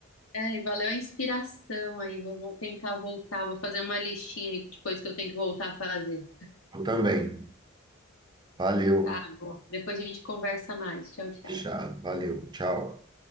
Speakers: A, on the left (about 85°); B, on the right (about 20°).
A: É, e valeu a inspiração aí. Vou, vou tentar voltar. Vou fazer uma listinha aí de coisas que eu tenho que voltar a fazer.
B: Eu também. Valeu.
A: Tá bom. Depois a gente conversa mais. Tchau, tchau.
B: Tchau. Valeu. Tchau.